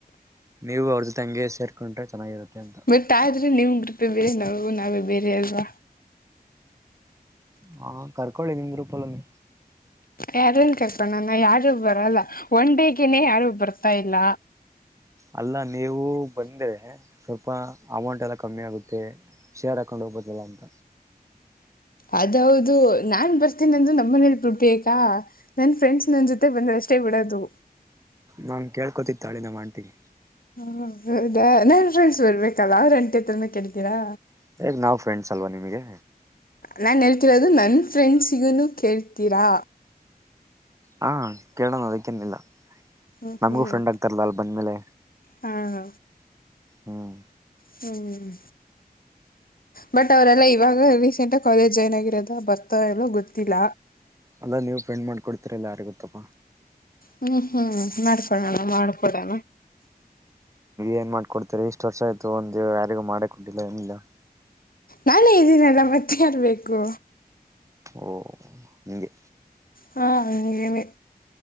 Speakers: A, on the right; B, on the left.
A: ನೀವು ಅವ್ರ್ ಜೊತೇ ಅಂಗೆ ಸೇರ್ಕೊಂಡ್ರೆ ಚೆನ್ನಾಗಿರುತ್ತೆ ಅಂತ.
B: ಟ್ ಆದ್ರೆ ನಿಮ್ ಗ್ರೂಪೆ ಬೇರೆ ನಾವು ನಾವೇ ಬೇರೆ ಅಲ್ವಾ.
A: ಹಾ ಕರ್ಕೊಳ್ಳಿ ನಿಮ್ ಗ್ರೂಪಲ್ಲುನು.
B: ಯಾರನ್ ಕರ್ಕಣಾನ ಯಾರು ಬರಲ್ಲ ಒನ್ ಡೇಗೆನೇ ಯಾರು ಬರ್ತಾ ಇಲ್ಲ.
A: ಅಲ್ಲ ನೀವು ಬಂದ್ರೆ. ಸ್ವಲ್ಪ ಅಮೌಂಟ್ ಎಲ್ಲ ಕಮ್ಮಿ ಆಗುತ್ತೆ ಶೇರ್ ಹಾಕೊಂಡು ಹೋಗ್ಬೋದಲ್ಲ ಅಂತ.
B: ಅದೌದು ನಾನ್ ಬರ್ತೀನ ಅಂದ್ರ ನಮ್ಮ ಮನೇಲಿ ಬಿಡ್ಬೇಕಾ. ನನ್ ಫ್ರೆಂಡ್ಸ್ ನನ್ ಜೊತೆ ಬಂದ್ರಷ್ಟೇ ಬಿಡೋದು.
A: ನಾನ್ ಕೇಳ್ಕೋತಿತ್ತಾಳೆ ನಾಮ್ ಆಂಟಿಗೆ.
B: ಹ್ಮ ಹೌದ ನಾನ್ ಫ್ರೆಂಡ್ಸ್ ಬರ್ಬೇಕಲ್ಲ ಅವ್ರ ಆಂಟಿತ್ರನು ಕೇಳ್ತೀರಾ.
A: <unintelligible> ನಾವು ಫ್ರೆಂಡ್ಸ್ ಅಲ್ವಾ ನಿಮಗೆ.
B: ನಾನು ಹೇಳ್ತಿರೋದು ನನ್ನ ಫ್ರೆಂಡ್ಸಿಗೋನು ಕೇಳ್ತೀರಾ.
A: ಹಾ ಕೇಳೋಣ ಅದಕ್ಕೇನಿಲ್ಲ.
B: ಹ್ಮ್
A: ನಮಗೂ
B: ಹ್ಮ್
A: ಫ್ರೆಂಡ್ ಆಗ್ತಾರಲ್ಲ ಅಲ್ಲಿ ಬಂದ್ಮೇಲೆ
B: ಹಾ ಹ.
A: ಹ್ಮ್
B: ಹ್ಮ ಹ್ಮ ಬಟ್ ಅವರೆಲ್ಲ ಇವಾಗ ರೀಸೆಂಟ್ ಕಾಲೇಜ್ ಜಾಯಿನ್ ಆಗಿರೋದ ಬರ್ತಾರೊ ಇಲ್ವೋ ಗೊತ್ತಿಲ್ಲ.
A: ಅಲ್ಲ ನೀವು ಫ್ರೆಂಡ್ ಮಾಡ್ಕೊಡ್ತಿರಿಲ್ಲ ಯಾರಿಗ ಗೊತ್ತಾಪ.
B: ಹ್ಮ್ ಹ್ಮ್ ಮಾಡ್ಕೊಡೋಣ ಮಾಡ್ಕೊಡೋಣ.
A: ಏನ್ ಮಾಡ್ಕೊಡ್ತೀರಾ ಇಷ್ಟ್ ವರ್ಷ ಆಯ್ತು ಒಂದ ಯಾರಿಗ ಮಾಡಿ ಕೊಟ್ಟಿಲ್ಲ ಏನಿಲ್ಲ.
B: ನಾನೇ ಇದೀನಲ್ಲ ಮತ್ತೆ ಯಾರ್ ಬೇಕೂ.
A: ಓ ಹಿಂಗೆ.
B: ಹಾ ಹ ಹಿಂಗೇನೆ